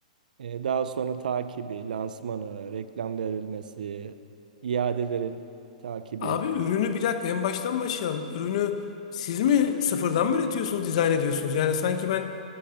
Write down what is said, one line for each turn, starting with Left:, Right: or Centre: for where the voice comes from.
Right: e, daha sonra takibi, lansmanı, reklam verilmesi, iadelerin takibi.
Left: Abi ürünü bir dakika en baştan başlayalım. Ürünü siz mi sıfırdan mı üretiyorsunuz, dizayn ediyorsunuz? Yani sanki ben